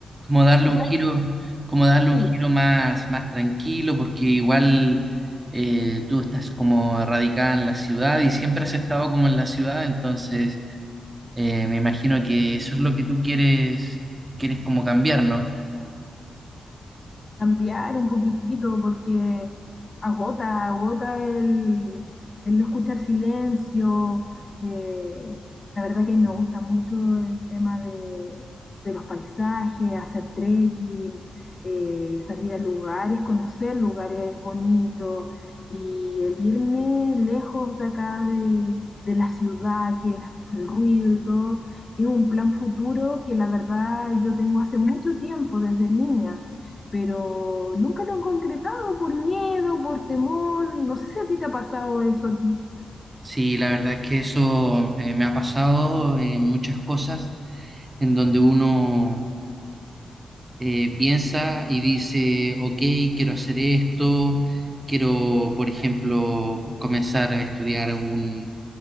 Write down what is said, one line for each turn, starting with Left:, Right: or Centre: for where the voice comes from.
Right: Como darle
Left: ¿Tú
Right: un
Left: sabes?
Right: giro, como darle un
Left: Sí.
Right: giro más, más tranquilo, porque igual eh, tú estás como radicada en la ciudad y siempre has estado como en la ciudad, entonces eh, me imagino que eso es lo que tú quieres, quieres como cambiar, ¿no?
Left: cambiar un poquitito porque agota, agota el, el no escuchar silencio. eh, la verdad que me gusta mucho el tema de, de los paisajes, hacer trekking, eh, salir a lugares, conocer lugares bonitos y el irme lejos de acá de, de la ciudad, que es el ruido y todo, es un plan futuro que la verdad yo tengo hace mucho tiempo, desde niña pero nunca lo han concretado por miedo, por temor. No sé si a ti te ha pasado eso a ti.
Right: Sí, la verdad es que eso eh, me ha pasado en muchas cosas en donde uno eh, piensa y dice, ok, quiero hacer esto, quiero, por ejemplo, comenzar a estudiar un,